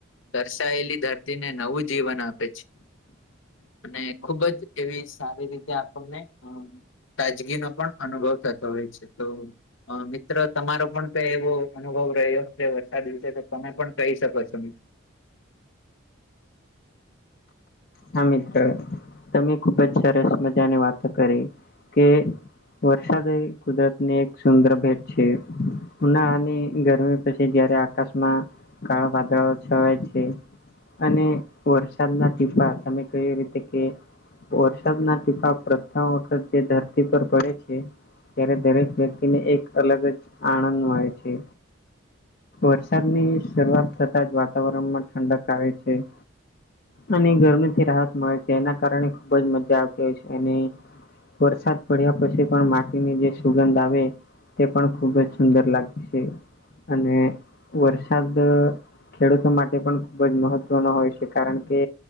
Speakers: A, on the left; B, on the left.
A: તર્શાયેલી ધરતીને નવું જીવન આપે છે. અને ખુબ જ એવી સારી રીતે આપણને તાજગીનો પણ અનુભવ થતો હોય છે તો મિત્ર તમારો પણ કઈ એવો અનુભવ રહ્યો હશે વરસાદ વિશે તો તમે પણ કહી શકો છો મિત્ર.
B: હા મિત્ર તમે ખુબ જ સરસ મજા ની વાતો કરી કે વરસાદ એ કુદરતની એક સુંદર ભેટ છે ઉનાળાની ગરમી પસી જયારે આકાશમાં કાળા વાદળ છવાય છે. અને વરસાદના ટીપા તમે કઈ રીતે કે વરસાદના ટીપા પ્રથમ વખત જે ધરતી પર પડે છે. ત્યારે દરેક વ્યક્તિને એક અલગ જ આનંદ મળે છે. વરસાદની શરૂઆત થતાં જ વાતાવરણમાં ઠંડક આવે છે. અને ગરમીથી રાહત મળે છે એના કારણે ખુબ જ મજા આવતી હોય છે અને વરસાદ પડ્યા પછી પણ માટીની જે સુગંધ આવે તે પણ ખૂબ જ સુંદર લાગે છે અને વરસાદ ખેડૂતો માટે પણ ખૂબ જ મહત્વનો હોય છે કારણ કે